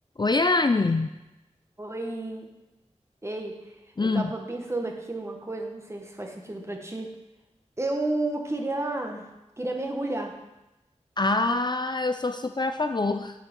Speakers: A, on the left; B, on the right.
A: Oi, Anne.
B: Oi, ei,
A: Hum.
B: eu tava pensando aqui numa coisa, não sei se faz sentido pra ti. Eu queria, queria mergulhar.
A: Ah, eu sou super a favor.